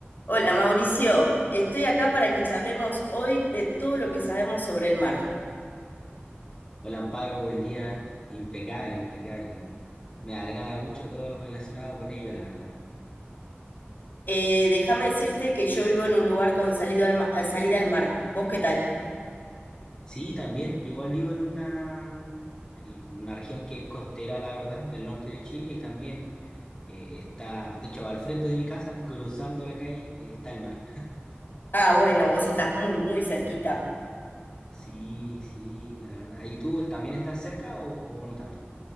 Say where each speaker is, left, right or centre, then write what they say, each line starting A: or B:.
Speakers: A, on the left (about 50°); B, on the left (about 20°).
A: Hola Mauricio, estoy acá para que charlemos hoy de todo lo que sabemos sobre el mar.
B: Hola Amparo, buen día. Impecable, impecable. Me agrada mucho todo lo relacionado con ello, la verdad.
A: Eh, déjame decirte que yo vivo en un lugar con salido al ma- eh, salida al mar. ¿Vos qué tal?
B: Sí, también. yo Igual vivo en una, en una región que es costera, la verdad, del norte de Chile y también eh, está, de hecho, al frente de mi casa, cruzando la calle, eh, está el mar.
A: Ah, bueno, vos estás muy, muy cerquita.
B: Sí, sí, la verdad. ¿Y tú es- también estás cerca o, o no tanto?